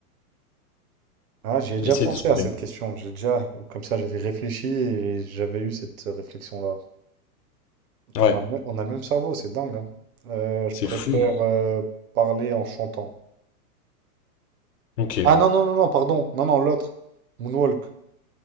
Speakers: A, on the right (about 60°); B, on the left (about 80°).
A: Ah, j'y ai déjà
B: Essaye
A: pensé
B: de trouver.
A: à cette question. J'ai déjà, comme ça, j'avais réfléchi et j'avais eu cette réflexion-là. Putain,
B: Ouais,
A: On a le même on a le même cerveau, c'est dingue. hein. Euh, je
B: c'est
A: préfère
B: fou.
A: euh, parler en chantant.
B: Ok.
A: Ah non, non, non, non, pardon. Non, non, l'autre. Moonwalk.